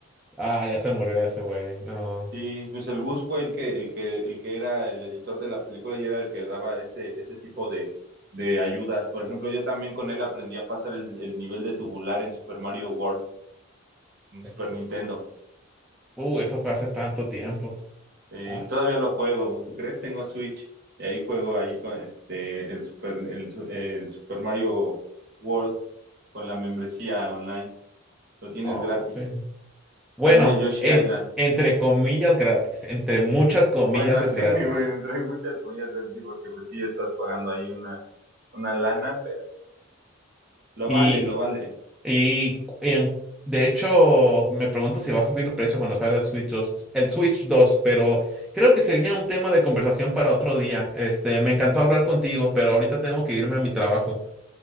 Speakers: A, in the centre; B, on the right.
A: Ah, ya se murió ese güey. No.
B: Sí, pues el Gus fue el que, el que, el que era el editor de la película y era el que daba ese, ese tipo de, de ayudas. Por ejemplo, yo también con él aprendí a pasar el, el nivel de tubular en Super Mario World, en
A: Es-
B: Super Nintendo.
A: Uh, eso fue hace tanto tiempo.
B: Eh,
A: Ah, sí.
B: todavía lo juego, ¿tú crees? Tengo Switch y ahí juego ahí con este el Super, el, su- el Super Mario World con la membresía online. Lo tienes
A: Oh,
B: gratis.
A: sí. Bueno,
B: También el Yoshi
A: en-
B: Island.
A: entre comillas gratis. Entre muchas comillas
B: Bueno,
A: es
B: sí,
A: gratis.
B: <laughs> güey, entre muchas comillas, es sí, porque pues sí estás pagando ahí una, una lana, pero lo
A: Y
B: vale, lo vale.
A: Y en- de hecho, me pregunto si va a subir el precio cuando salga el Switch 2 el Switch dos pero creo que sería un tema de conversación para otro día. Este, me encantó hablar contigo, pero ahorita tengo que irme a mi trabajo.